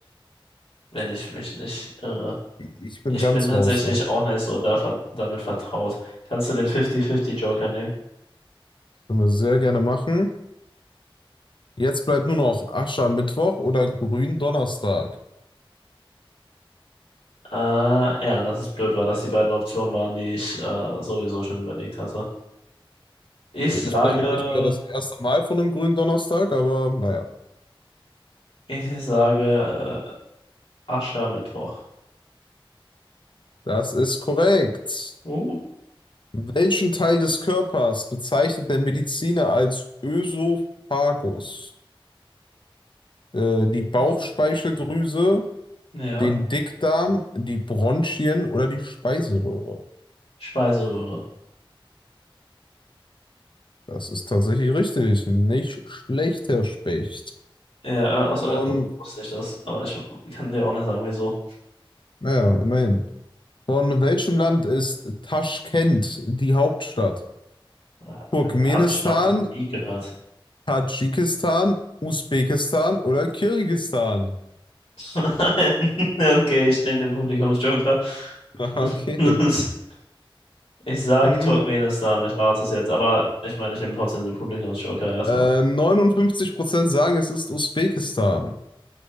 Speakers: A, on the left (about 85°); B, on the left (about 60°).
A: wenn ich mich nicht irre.
B: Ich bin
A: Ich
B: ganz
A: bin tatsächlich
B: raus da.
A: auch nicht so da, ver- damit vertraut. Kannst du den 50-50-Joker nehmen?
B: Können wir sehr gerne machen. Jetzt bleibt nur noch Aschermittwoch oder Gründonnerstag.
A: Äh, ja, dass es blöd war, dass die beiden Optionen waren, die ich äh, sowieso schon überlegt hatte. Ich
B: Also
A: sage,
B: ich persönlich höre das erste Mal von einem Gründonnerstag, aber naja,
A: ich sage äh, Aschermittwoch.
B: das ist korrekt.
A: Uh,
B: Welchen Teil des Körpers bezeichnet der Mediziner als Ösophagus? Äh, die Bauchspeicheldrüse,
A: wieso? ja,
B: den Dickdarm, die Bronchien oder die Speiseröhre?
A: Speiseröhre.
B: Das ist tatsächlich richtig. Nicht schlecht, Herr Specht.
A: Ja, äh, aus irgendeinem
B: Von,
A: Grund wusste ich das, aber ich kann dir auch nicht sagen, wieso.
B: naja, immerhin. Von welchem Land ist Taschkent die Hauptstadt?
A: Äh,
B: Turkmenistan,
A: äh, habe ich noch nie gehört.
B: Tadschikistan, Usbekistan oder Kirgisistan?
A: <laughs> Okay, ich nehme den Publikumsjoker.
B: Aha,
A: <laughs>
B: <laughs> Okay.
A: Ich sag
B: Ähm,
A: Turkmenistan, ich rate es jetzt, aber ich meine, ich nehme trotzdem den Publikumsjoker erstmal.
B: äh, 59% sagen, es ist Usbekistan.